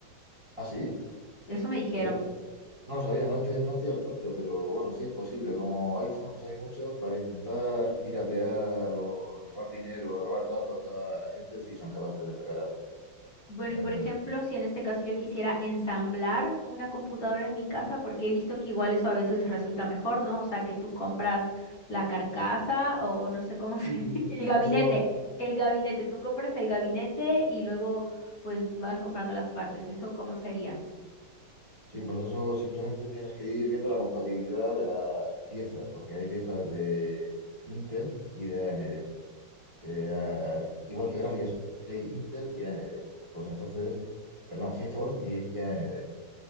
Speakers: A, on the right; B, on the left.
A: ¿Ah, sí?
B: Eso me dijeron.
A: Dios. No lo sabía, no estoy, no estoy al tanto, pero bueno, sí es posible. Como iPhones hay muchos, para intentar piratear o robar dinero o robar datos a la gente, sí son capaces de sacar algo.
B: Bueno,
A: Eh,
B: y por ejemplo, si en este caso yo quisiera ensamblar una computadora en mi casa, porque he visto que igual eso a veces resulta mejor, ¿no? O sea, que tú compras la carcasa o, o no sé cómo se...
A: sí, sí,
B: <laughs>
A: sí.
B: El gabinete,
A: Eso,
B: el gabinete, tú compras el gabinete y luego pues vas comprando las partes. ¿Eso cómo sería?
A: sí, pues eso simplemente tienes que ir viendo la compatibilidad de las piezas, porque hay piezas de Intel y de AMD. que ah, igual que gráficas hay Intel y AMD. Pues entonces, perdón, GeForce y, y AMD.